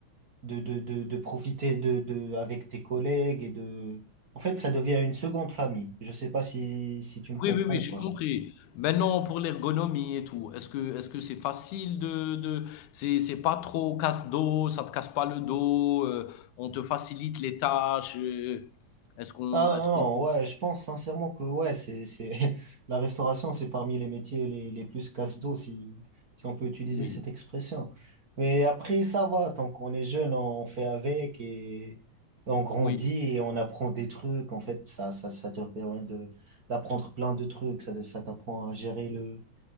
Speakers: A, on the right; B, on the left.
A: de, de, de, de profiter de, de, avec tes collègues et de, en fait, ça devient une seconde famille. Je sais pas si, si tu me comprends
B: Oui, oui, oui,
A: ou
B: j'ai
A: pas.
B: compris. Maintenant, pour l'ergonomie et tout, est-ce que est-ce que c'est facile de de c'est c'est pas trop casse-dos, ça te casse pas le dos, heu, on te facilite les tâches, heu, est-ce qu'on
A: Ah
B: est-ce
A: non,
B: qu'on
A: ouais, je pense sincèrement que ouais, c'est, c'est... <laughs> la restauration, c'est parmi les métiers les, les plus casse-dos, si, si on peut utiliser
B: oui,
A: cette expression. Mais après, ça va, tant qu'on est jeune, on fait avec et on grandit
B: oui,
A: et on apprend des trucs. En fait, ça, ça, ça te permet de, d'apprendre plein de trucs. Ça, ça t'apprend à gérer le,